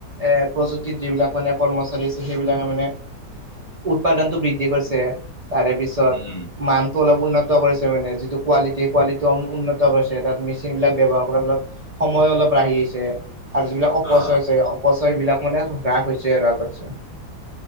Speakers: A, on the right; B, on the left.
A: এৰ প্ৰযুক্তিত যিবিলাক মানে কৰ্মচাৰী আছে সেইবিলাকে মানে উৎপাদনতটো বৃদ্ধি কৰিছে তাৰে পিছত
B: উম, উম,
A: মান টো অলপ উন্নত কৰিছে মানে যিটো কোৱালিটি কোৱালিটিটো উন্নত কৰিছে তাত মেচিনবিলাক ব্যৱহাৰ কৰা বিলাক সময় অলপ ৰাহি হৈছে। আৰু যিবিলাক অপচয়
B: অ',
A: হৈছে অপচয় বিলাক মানে হ্ৰাস হৈছে আৰু আগত